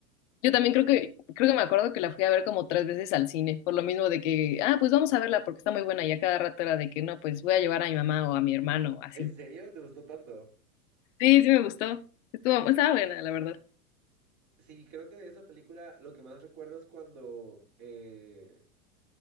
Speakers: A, on the left; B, on the right.
A: Yo también creo que, creo que me acuerdo que la fui a ver como tres veces al cine, por lo mismo de que, ah, pues vamos a verla porque está muy buena y a cada rato era de que no, pues voy a llevar a mi mamá o a mi hermano, o así.
B: ¿En serio? ¿Te gustó tanto?
A: Sí, sí me gustó. Estuvo, estaba buena, la verdad.
B: Sí, creo que de esa película lo que más recuerdo es cuando eh,